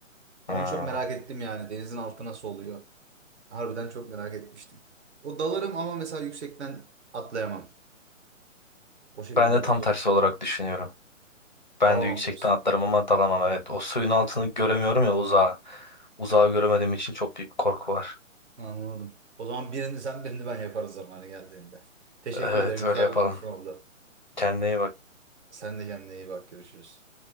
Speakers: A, on the right; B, on the left.
A: Onu
B: Hı.
A: çok merak ettim yani. Denizin altı nasıl oluyor? Harbiden çok merak etmiştim. O dalarım ama mesela yüksekten atlayamam. O şekilde
B: Ben de tam
A: Batu.
B: tersi olarak düşünüyorum. Ben
A: Dalamam
B: de yüksekten
A: diyorsun.
B: atlarım ama dalamam evet. O suyun altını göremiyorum ya uzağa. Uzağı göremediğim için çok büyük korku var.
A: Anladım. O zaman birini sen birini ben yaparız zamanı geldiğinde. Teşekkür
B: Evet
A: ederim. Güzel
B: öyle yapalım.
A: bir konuşma oldu.
B: Kendine iyi bak.
A: Sen de kendine iyi bak. Görüşürüz.